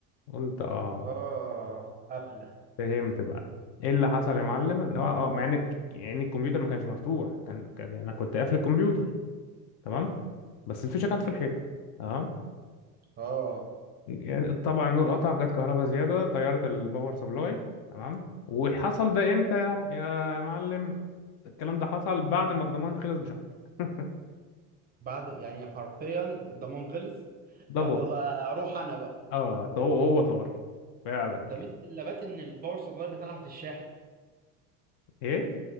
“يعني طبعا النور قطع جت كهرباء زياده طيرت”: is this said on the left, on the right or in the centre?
Left